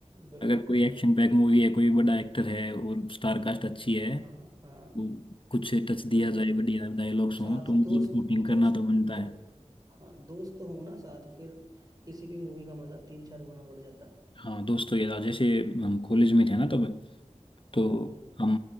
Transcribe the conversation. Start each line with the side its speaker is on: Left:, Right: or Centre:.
Right: बिल्कुल
Left: अगर कोई
Right: बिल्कुल
Left: एक्शन पैक मूवी है कोई बड़ा एक्टर है और स्टार कास्ट अच्छी है
Right: हाँ हाँ
Left: तो कुछ टच दिया
Right: बिल्कुल
Left: जाए
Right: बिल्कुल
Left: बढ़िया डायलॉग्स
Right: साथ
Left: हों तो मतलब
Right: दोस्त
Left: हुटिंग करना
Right: दोस्त
Left: तो बनता
Right: दो,
Left: है
Right: हाँ दोस्त हो ना साथ फिर किसी भी मूवी का मजा तीन चार गुना बढ़ जाता है
Left: हाँ दोस्तों ये था जैसे हम कॉलेज में थे ना तब तो
Right: हाँ जी हाँ जी
Left: हम